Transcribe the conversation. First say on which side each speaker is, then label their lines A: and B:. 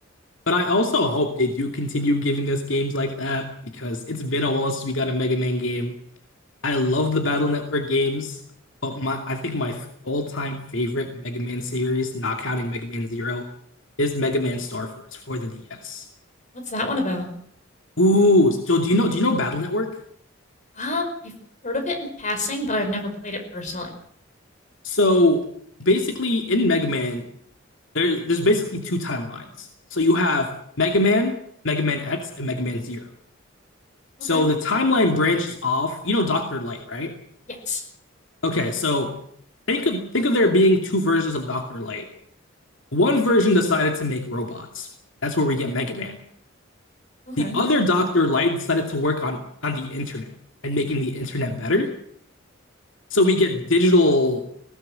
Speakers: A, on the left; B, on the left.
A: But I also hope they do continue giving us games like that because it's been a while since we got a Mega Man game. I love the Battle Network games, but my I think my f- all-time favorite Mega Man series, not counting Mega Man Zero, is Mega Man Star Force for the DS.
B: What's that one about?
A: Ooh, so do you know do you know Battle Network?
B: Um, I've heard of it in passing, but I've never played it personally.
A: So basically in Mega Man, there there's basically two timelines. So you have Mega Man, Mega Man X, and Mega Man Zero.
B: Okay.
A: So the timeline branches off. You know Dr. Light, right?
B: Yes.
A: Okay, so think of think of there being two versions of Dr. Light. One version decided to make robots. That's where we get Mega Man.
B: Okay.
A: The other Dr. Light decided to work on, on the internet and making the internet better. So we get digital